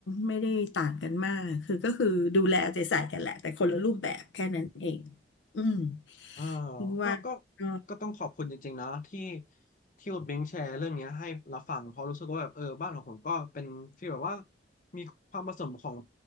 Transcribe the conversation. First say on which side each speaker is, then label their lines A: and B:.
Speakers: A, on the left; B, on the left.
A: ไม่ได้ต่างกันมากคือก็คือดูแลเอาใจใส่กันแหละแต่คนละรูปแบบแค่นั้นเองอืม
B: เออ
A: ถึงว่าก็
B: ก็ก็ก็ต้องขอบคุณจริงๆนะที่ที่คุณเบิงแชร์เรื่องเนี้ยให้เราฟังเพราะรู้สึกว่าแบบเออบ้านของผมก็เป็นฟีลแบบว่ามีความผสมของ